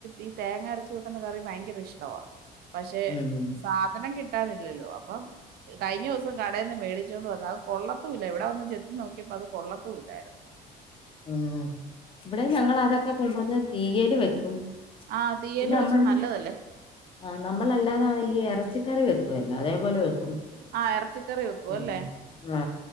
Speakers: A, on the right; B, on the left.
A: ഈ തേങ്ങ അരച്ച് വെക്ക്ന്ന കറി ഭയങ്കര ഇഷ്ടവാ പക്ഷെ
B: ഉം.
A: സാധനം കിട്ടാനില്ലല്ലോ അപ്പം കഴിഞ്ഞ ദിവസം കടേന്ന് മേടിച് ച്ചോണ്ട് വന്ന്. അത് കൊള്ളത്തൂല്ല. ഇവിടെ വന്ന് ചെത്തി നോക്കിയപ്പോ അത് കൊള്ളത്തൂല്ലായിരുന്നു
B: ഉം ഇവിടെയും ഞങ്ങൾ അതൊക്കെ കൊണ്ടുവന്ന് തീയല് വെക്കും
A: ആഹ് തീയല്
B: പിന്നെ നമ്മള്
A: വെച്ച നല്ലതല്ലേ
B: ആ നമ്മളല്ലാതെ ഈ എറച്ചിക്കറി വെക്കുവല്ലോ അതേപോലെ വെക്കും
A: ആഹ് എറച്ചിക്കറി വെക്കുവല്ലേ?
B: ഉം. ആ.